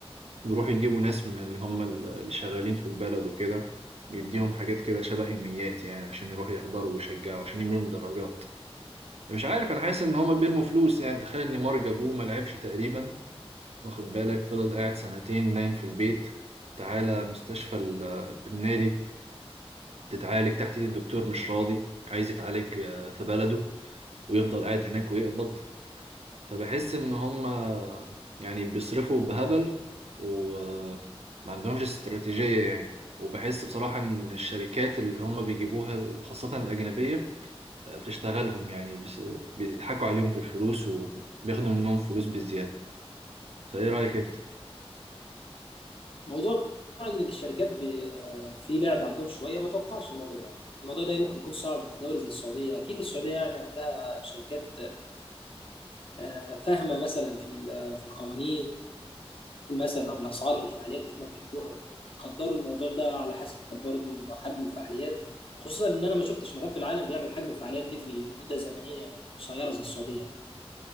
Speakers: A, on the right (about 75°); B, on the left (about 60°).
A: بيروحوا يجيبوا ناس من اللي هم اللي شغالين في البلد وكده يديهم حاجات كده شبه يوميات يعني عشان يروحوا يحضروا ويشجعوا عشان يملوا المدرجات مش عارف انا حاسس ان هما بيرموا فلوس يعني تخيل ان مارج ابوه ما لعبش تقريبا واخد بالك فضل قاعد سنتين نايم في البيت تعالى مستشفى ال- النادي تتعالج تحت ايد الدكتور مش راضي عايز يتعالج آه، في بلده ويفضل قاعد هناك ويقبض فبحس ان هما يعني بيصرفوا بهبل وما عندهمش استراتيجية يعني وبحس بصراحة ان الشركات اللي هما بيجيبوها خاصة الأجنبية بتشتغلهم يعني بس بيضحكوا عليهم في الفلوس وبياخدوا منهم فلوس بالزيادة فايه رأيك انت؟
B: موضوع ان الشركات ب... في لعب عندهم شويه ما توقعش الموضوع ده الموضوع ده ممكن يكون صعب في دوله زي السعوديه اكيد السعوديه يعني عندها شركات آه، فاهمه مثلا في ال- في القوانين مثلا او الاسعار الفعاليات اللي هم بيعملوها وبيقدروا الموضوع ده على حسب برضه حجم الفعاليات خصوصا ان انا ما شفتش مكان في العالم بيعمل حجم الفعاليات دي في في مده زمنيه قصيره زي السعوديه يعني